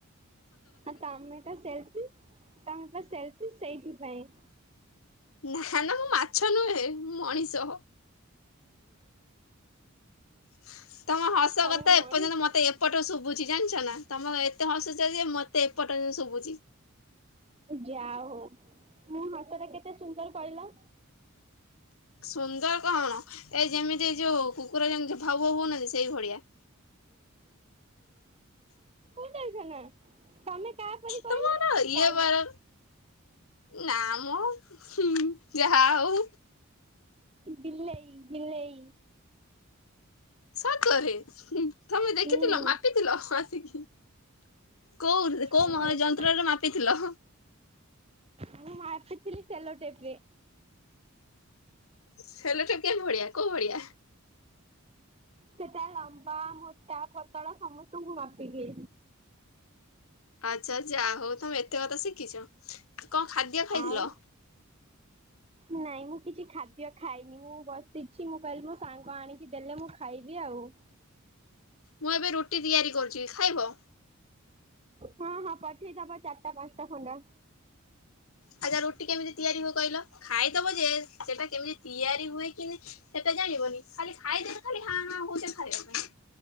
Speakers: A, on the right; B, on the left.
A: ହ ତମେ ତ ସେଲଫି ତମେ ତ ସେଲଫି ସେଇଥିପାଇ
B: ନା ନା ମୁଁ ମାଛ ନୁହେଁ ମଣିଷ ହ ତମ ହସ
A: ତମେ
B: କଥା
A: ମଣିଷ
B: ଏପର୍ଯ୍ୟନ୍ତ ମତେ ଏପଟ ଶୁଭୁଛି ଜାଣିଛ ନା। ତମ ଏତେ ହସୁଛ ଯେ ମତେ ଏପଟ ଶୁଭୁଛି।
A: ଯା ହଉ ମୁଁ ହସ ଟା କେତେ ସୁନ୍ଦର କହିଲ?
B: ସୁନ୍ଦର କଣ? ଏଇ ଯେମିତି ଏଇ ଯୋଉ କୁକୁର ଯେମିତି ଭାଉ, ଭୋଉ ହଉନାହାନ୍ତି ସେଇ ଭଳିଆ।
A: ଛ ନା ତମେ କାହାପରି କହିଲ
B: ତୁମ ତ ଇଏ
A: କାଉ
B: ବାର ନାମ ମୁଁ ଯାହା ହଉ।
A: ବିଲେଇ ବିଲେଇ।
B: ସକରେ ତମେ ଦେଖିଥିଲ,
A: ହୁଁ
B: ମାପିଥିଲ ଆସିକି। କୋଉ କୋଉମ
A: ଆଉ ଏତି
B: ଯନ୍ତ୍ରରେ ମାପିଥିଲ?
A: ମୁଁ ମାପିଥିଲି ସେଲୋ ଟେପ୍ ରେ।
B: ସେଲ ଟା କେ ଭଳିଆ କୋଉ ଭଳିଆ?
A: ସେଟା ଲମ୍ବା ମୋଟା ପତଳ ସମସ୍ତଙ୍କୁ ମାପିକି
B: ଆଚ୍ଛା ଯା ହଉ ତମେ ଏତେ କଥା ଶିଖିଛ। କଣ ଖାଦ୍ୟ ଖାଇଥିଲ?
A: ଆଉ ନାଇଁ ମୁଁ କିଛି ଖାଦ୍ୟ ଖାଇନି ମୁଁ ବସିଛି। ମୁଁ କହିଲି ମୋ ସାଙ୍ଗ ଆଣିକି ଦେଲେ ମୁଁ ଖାଇ ବି ଆଉ
B: ମୁଁ ଏବେ ରୁଟି ତିଆରି କରୁଛି ଖାଇବ?
A: ହଁ ହଁ ପଠେଇଦବ ଚାରିଟା ପାଞ୍ଚଟା ଖଣ୍ଡା।
B: ଆ ଯା ରୁଟି କେମିତି ତିଆରି ହୁଏ କହିଲ? ଖାଇଦବ ଯେ ସେଟା କେମିତି ତିଆରି ହୁଏ କିମି ହେ ଜାଣିବନି ଖାଲି ଖାଇଦେଲେ ଖାଲି ହାଁ ହାଁ ହଉଛ ଖାଇବା ପାଇଁ।